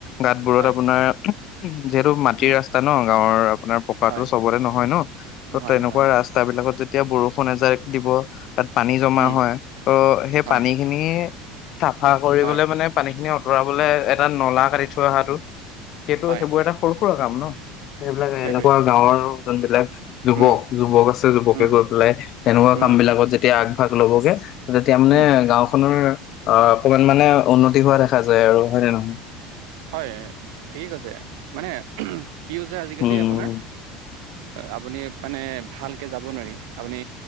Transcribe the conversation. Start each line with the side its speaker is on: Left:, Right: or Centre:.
Left: গতবোৰত
Right: হয়,
Left: আপোনাৰ যিহেতু মাটি
Right: উম,
Left: ৰাস্তা আছে ন গাঁৱৰ আপোনাৰ পকাটো
Right: হয়।
Left: চবতে নহয় ন' ত
Right: নহয়,
Left: তেনেকোৱা
Right: নহয়,
Left: ৰাস্তা বিলাকত যেতিয়া বৰষুণ এজাক দিব তাত পানী জমা
Right: উম,
Left: হয় ত' সেই
Right: হয়,
Left: পানীখিনি চাফা কৰিবলে
Right: হয়,
Left: মানে পানী খিনি আঁতৰাবলে এটা নলা কাটি থৈ অহাটো সেইটো
Right: হয়,
Left: সেইবোৰ এটা সৰু সুৰা কাম ন। সেইবিলাক এনেকুৱা
Right: সেইটোৱে,
Left: গাঁৱৰ যোনবিলাক যুৱক,
Right: উম,
Left: যুৱক আছে যুৱকে
Right: উম,
Left: গৈ তেনেকুৱা
Right: উম,
Left: কাম বিলাকত যেতিয়া আগভাগ ল'বগে তেতিয়া মানে
Right: উম,
Left: গাঁওখনৰ অ, অকমান মানে উন্নতি হোৱা দেখা যায় আৰু হয়নে নহয়?
Right: হয়, ঠিকেই কৈছে মানে কি হৈছে আজিকালি
Left: উম
Right: আপোনাৰ আপুনি মানে ভালকৈ যাব নোৱাৰি আপুনি